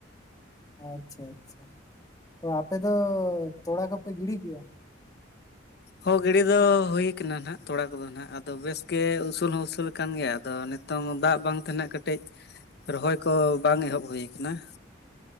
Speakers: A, on the left (about 20°); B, on the left (about 55°).
A: ᱟᱪᱪᱷᱟ ᱟᱪᱪᱷᱟ, ᱛᱚ ᱟᱯᱮ ᱫᱚ ᱛᱚᱲᱟ ᱠᱚᱯᱮ ᱜᱤᱰᱤ ᱠᱮᱜᱼᱟ?
B: ᱦᱚᱸ ᱜᱤᱰᱤ ᱫᱚ ᱦᱩᱭᱟᱠᱟᱱᱟ ᱱᱟᱦᱟᱜ ᱛᱚᱲᱟ ᱠᱚᱫᱚ ᱱᱟᱦᱟᱜ ᱟᱫᱚ ᱵᱮᱥ ᱜᱮ ᱩᱥᱩᱞ ᱦᱚᱸ ᱩᱥᱩᱞ ᱟᱠᱟᱱ ᱜᱮᱭᱟ ᱟᱫᱚ ᱱᱤᱛ ᱱᱤᱛᱚᱝ ᱫᱟᱜ ᱵᱟᱝ ᱛᱮ ᱱᱟᱦᱟᱜ ᱠᱟᱹᱴᱤᱡ, ᱨᱚᱦᱚᱭ ᱠᱚ ᱵᱟᱝ ᱮᱦᱚᱵ ᱦᱩᱭ ᱠᱟᱱᱟ ᱾